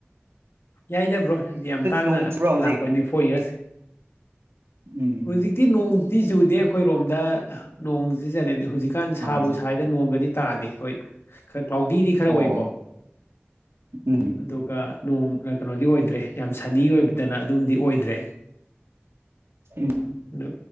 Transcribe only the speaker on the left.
ꯌꯥꯏꯗ ꯕ꯭ꯔꯣ ꯍꯥꯏꯗꯤ ꯌꯥꯝ ꯇꯥꯡꯅ
ꯂꯥꯛꯄꯅꯤ ꯐꯣꯔ ꯌꯔꯁ
ꯍꯧꯖꯤꯛꯇꯤ ꯅꯣꯡꯇꯤ ꯆꯨꯗꯦ ꯑꯩꯈꯣꯏꯔꯣꯝꯗ ꯅꯣꯡꯁꯤ ꯆ ꯍꯧꯖꯤꯛꯀꯥꯟ ꯁꯥꯕꯨ
ꯁꯗ ꯅꯣꯡꯒꯗꯤ ꯇꯥꯗꯦ ꯍꯣꯏ ꯈꯔ ꯀ꯭ꯂꯥꯎꯗꯤ ꯈꯔ ꯑꯣꯏꯀꯣ
ꯑꯗꯨꯒ ꯅꯣꯡ ꯀꯩꯅꯣꯗꯤ ꯑꯣꯏꯗ꯭ꯔꯦ ꯌꯥꯝ ꯁꯅꯤ ꯑꯣꯏꯕꯗꯅ ꯑꯗꯨꯝꯗꯤ ꯑꯣꯏꯗ꯭ꯔꯦ
ꯑꯗꯨ